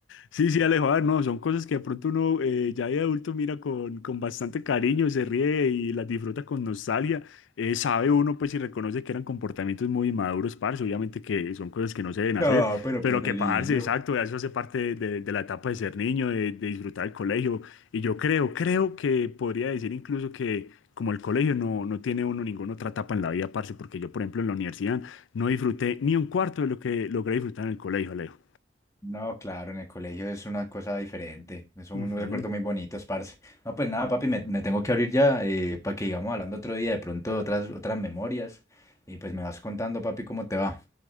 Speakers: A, on the left; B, on the left.
A: Sí, sí, Alejo, a ver, no, son cosas que de pronto uno eh, ya de adulto mira con, con bastante cariño, se ríe y las disfruta con nostalgia. Eh, sabe uno, pues, y reconoce que eran comportamientos muy inmaduros, parce, obviamente que son cosas que no se deben hacer,
B: No, pero
A: pero
B: pues de
A: que,
B: niño.
A: parce, exacto, eso hace parte de, de la etapa de ser niño, de, de disfrutar el colegio. Y yo creo, creo que podría decir incluso que como el colegio no, no tiene uno ninguna otra etapa en la vida, parce, porque yo, por ejemplo, en la universidad no disfruté ni un cuarto de lo que logré disfrutar en el colegio, Alejo.
B: No, claro, en el colegio es una cosa diferente. Son
A: Ujú.
B: unos recuerdos muy bonitos, parce. No, pues nada, papi, me, me tengo que abrir ya eh, para que sigamos hablando otro día, de pronto otras, otras memorias. Y pues me vas contando, papi, cómo te va.